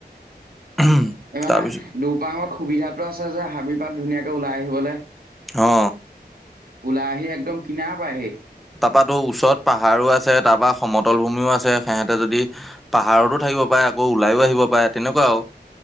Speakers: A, in the centre; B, on the right (about 60°).
A: উম
B: এই মানে
A: তাৰপিছত
B: দুপাঙত সুবিধাটো আছে যে হাবি পাত ধুনীয়াকে ওলাই আহিবলে
A: অ
B: ওলাই আহি একদম কিনা পায়হি
A: তাপাতো ওচৰত পাহাৰো আছে তাপা সমতলভূমিও আছে সেহেতে যদি পাহাৰতো থাকিব পাৰে আকৌ ওলাই আহিব পাৰে তেনেকুৱা আও